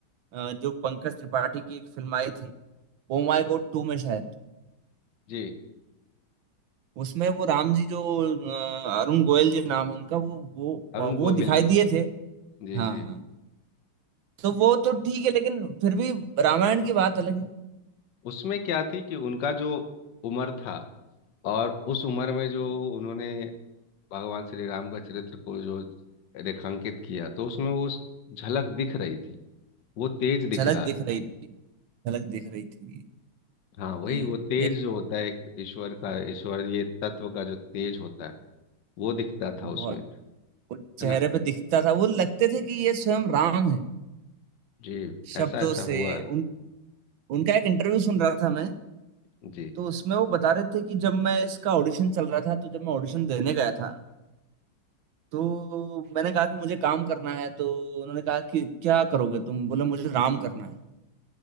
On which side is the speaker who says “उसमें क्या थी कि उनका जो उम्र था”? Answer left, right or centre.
Left